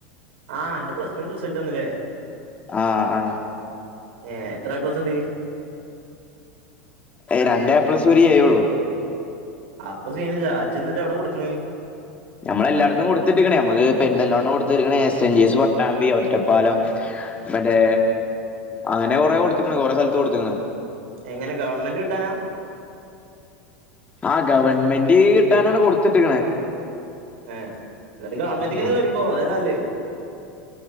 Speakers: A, on the right; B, on the left.
A: ആഹ് അന്റെ പ്ലസ് ടു വിന്റെ റിസൾട്ട് വന്നില്ലേ?
B: ആഹ് ആഹ്
A: ഏ എത്ര എ പ്ലസ് ഉണ്ട്?
B: രണ്ടേപ്ലസ് ഒരു എ യുള്ളു
A: അപ്പൊ സീന ഇജി എന്നിട്ട് എവിടെ കൊടുക്കണണ്?
B: നമ്മള എല്ലായിടത്തും കൊടുത്തിട്ടിരിക്കണേ നമ്മുക്ക് പെരിന്തല്ലണ്ണം കൊടുത്തിരിക്കണ S N G S, Pattambi, Ottapalam, മറ്റേ അങ്ങനെ കൊറെ കൊടുത്തക്കണ് കൊറെ സ്ഥലത്ത് കൊടുത്തക്കണ്.
A: എങ്ങനെ ഗവൺമെന്റ് കിട്ടാനാ?
B: ആ് ഗവൺമെന്റ് കിട്ടാനാണ് കൊടുത്തിടേക്കാണ്.
A: ആഹ് എന്നിട്ട് ഗവൺമെന്റിങ്ങെ
B: ആഹ്
A: കറിക്കോ അതല്ലേ നല്ലത്.